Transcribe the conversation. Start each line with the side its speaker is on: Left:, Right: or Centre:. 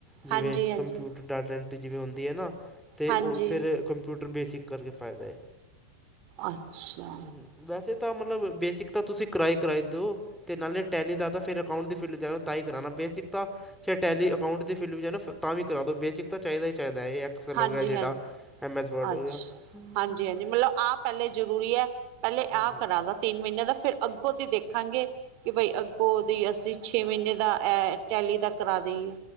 Centre: ਜਿਵੇਂ
Right: ਹਾਂਜੀ ਹਾਂਜੀ
Centre: ਕੰਪਿਊਟ ਡਾਟਾ ਐਂਟਰੀ ਜਿਵੇਂ ਹੁੰਦੀ ਹੈ ਨਾ ਅਤੇ
Right: ਹਾਂਜੀ
Centre: ਉਹ ਫੇਰ ਕੰਪਿਊਟਰ ਬੇਸਿਕ ਕਰਕੇ ਫਾਇਦਾ ਹੈ
Right: ਅੱਛਾ
Centre: ਹਮ, ਵੈਸੇ ਤਾਂ ਮਤਲਬ ਬੇਸਿਕ ਤਾਂ ਤੁਸੀਂ ਕਰਾ ਹੀ ਕਰਾ ਹੀ ਦਿਓ ਤੇ ਨਾਲੇ ਟੈਲੀ ਦਾ ਤਾਂ ਫਿਰ ਅਕਾਊਂਟ ਦੀ ਫੀਲਡ <unintelligible> ਤਾਂ ਹੀ ਕਰਾਉਣਾ ਬੇਸਿਕ ਤਾਂ ਚਾਹੇ ਟੈਲੀ ਅਕਾਊਂਟ ਦੀ ਫਿਲਮ ਵਿੱਚ ਹੈ ਨਾ ਤਾਂ ਵੀ ਕਰਾ ਦਉ ਬੇਸਿਕ ਤਾਂ ਚਾਹੀਦਾ ਹੀ ਚਾਹੀਦਾ ਇਹ ਇੱਕਸਲ
Right: ਹਾਂਜੀ
Centre: ਹੋ ਗਿਆ ਜਿਹੜਾ
Right: ਹਾਂਜੀ
Centre: ਐਮ ਐਸ ਵਰਡ
Right: ਅੱਛਾ
Centre: ਹੋ ਗਿਆ ਹਮ
Right: ਹਾਂਜੀ
Centre: ਹਮ
Right: ਹਾਂਜੀ ਮਤਲਬ ਆ ਪਹਿਲੇ ਜ਼ਰੂਰੀ ਹੈ ਪਹਿਲੇ
Centre: ਹਾਂਜੀ
Right: ਆ ਕਰਾਦਾਂ ਤਿੰਨ ਮਹੀਨੇ ਦਾ ਫੇਰ ਅੱਗੋਂ ਦੀ ਦੇਖਾਂਗੇ ਕਿ ਬਈ ਅੱਗੋਂ ਦੀ ਅਸੀਂ ਛੇ ਮਹੀਨੇ ਦਾ ਐ ਟੈਲੀ ਦਾ ਕਰਾ ਦਈਏ